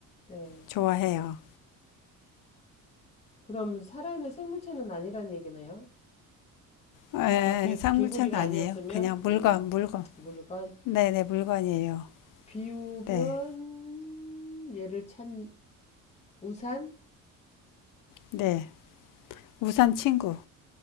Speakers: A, on the left; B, on the left.
A: 네.
B: 좋아해요.
A: 그럼 살아있는 생물체는 아니란 얘기네요.
B: 에,
A: 아까 개,
B: 쌍물차는
A: 개구리가
B: 아니에요.
A: 아니었으면
B: 그냥 물건,
A: 음,
B: 물건.
A: 물건
B: 네네, 물건이에요.
A: 비오면
B: 네,
A: 얘를 찬 우산?
B: 네. 우산 친구.